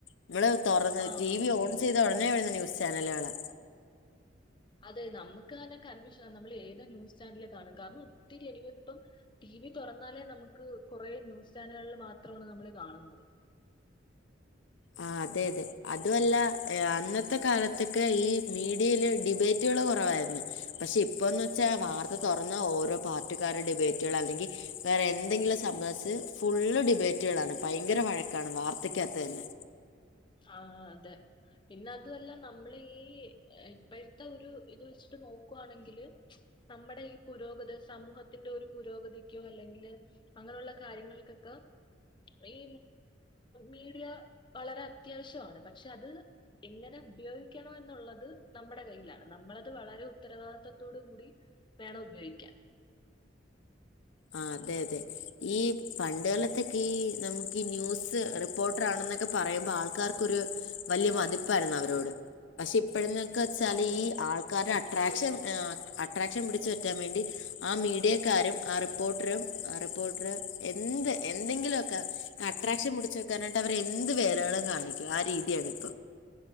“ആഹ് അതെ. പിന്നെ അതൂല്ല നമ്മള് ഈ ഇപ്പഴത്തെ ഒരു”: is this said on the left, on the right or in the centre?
Left